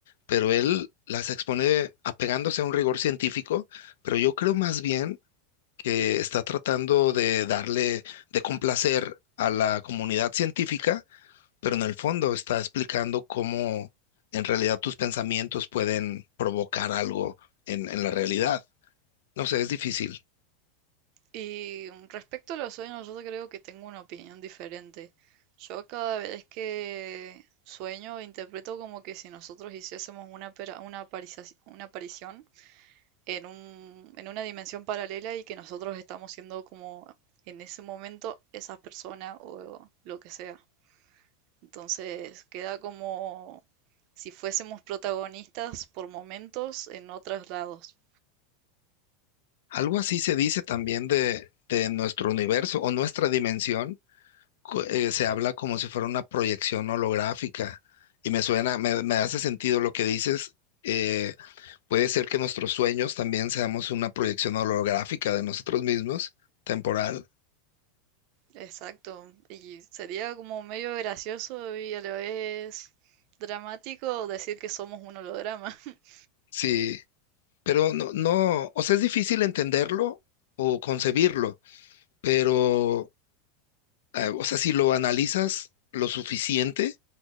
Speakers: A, on the left; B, on the right.
A: pero él las expone apegándose a un rigor científico, pero yo creo más bien que está tratando de darle, de complacer a la comunidad científica, pero en el fondo está explicando cómo en realidad tus pensamientos pueden provocar algo en, en la realidad. No sé, es difícil.
B: Y mm, respecto a los sueños, yo creo que tengo una opinión diferente. Yo cada vez que sueño interpreto como que si nosotros hiciésemos una, apera- una, aparici- una aparición en un, en una dimensión paralela y que nosotros estamos siendo como en ese momento esas personas o lo que sea. Entonces queda como si fuésemos protagonistas por momentos en otros lados.
A: Algo así se dice también de, de nuestro universo o nuestra dimensión, co- eh, se habla como si fuera una proyección holográfica y me suena, me, me hace sentido lo que dices. eh, puede ser que nuestros sueños también seamos una proyección holográfica de nosotros mismos, temporal,
B: Exacto, y sería como medio gracioso y a la vez dramático decir que somos un holograma. <laughs>
A: sí, pero no, no, o sea, es difícil entenderlo o concebirlo, pero, eh, o sea, si lo analizas lo suficiente,